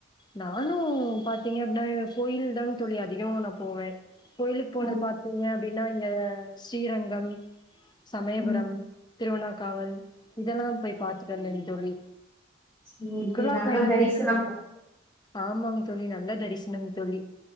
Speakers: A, on the left; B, in the centre.
A: நானு பாத்தீங்கன்னா கோயில் தாங் தோழி அதிகமா நா போவே கோயிலுக்கு போனது
B: ம்
A: பாத்தீங்க அப்டின்னா இங்க ஸ்ரீ ரங்கம் சமயபுரம்
B: ம்
A: திருவணாக்காவல் இதெல்லா போய் பாத்து ணங்க தோழி
B: சேரி
A: சுற்றுலா
B: சேரி நல்லா
A: பயணம்ங்கிற
B: தரிசனமா
A: ஆமாங் தோழி நல்லா தரிசனங்க தோழி